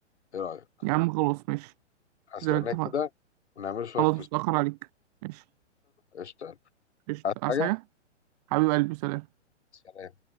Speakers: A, on the left; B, on the right.
A: ايه رأيك
B: يا عم خلاص ماشي
A: هستناك
B: زي ما اتفقنا
A: كده ونعمل شوية
B: خلاص
A: في الشطة
B: مش هتأخر عليك ماشي
A: قشطة
B: قشطة
A: هات
B: عايز
A: حاجة
B: حاجة حبيب قلبي سلام
A: سلام